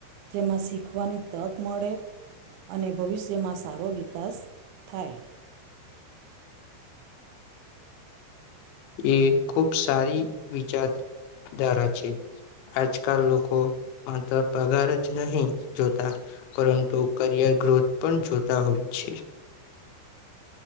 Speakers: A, on the right; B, on the left.
A: જેમાં શીખવાની તક મળે અને ભવિષ્યમાં સારો વિકાસ થાય.
B: એ ખૂબ સારી વિચારધારા છે આજકાલ લોકો માત્ર પગાર જ નહી જોતા પરંતુ કરિયર ગ્રોથ પણ જોતા હોય છે.